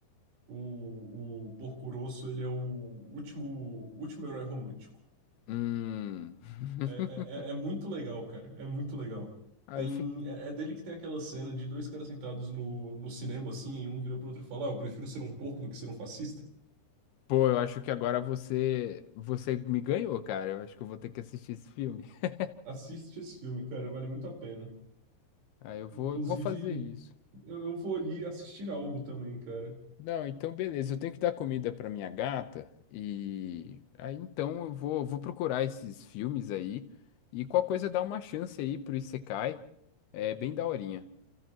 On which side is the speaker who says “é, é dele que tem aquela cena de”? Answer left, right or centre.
Right